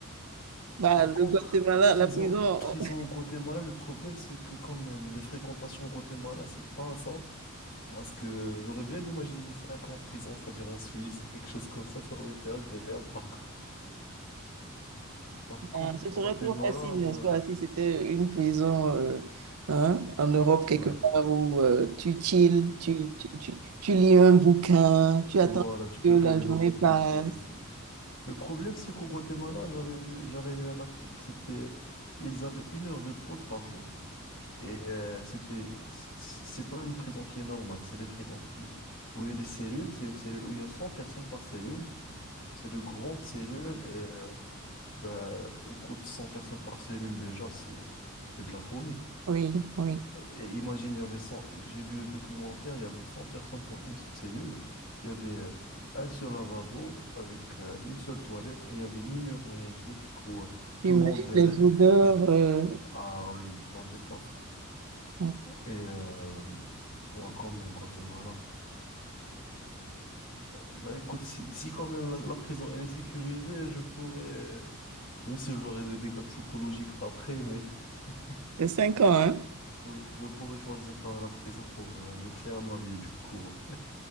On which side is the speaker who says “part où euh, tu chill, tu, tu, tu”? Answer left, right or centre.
Right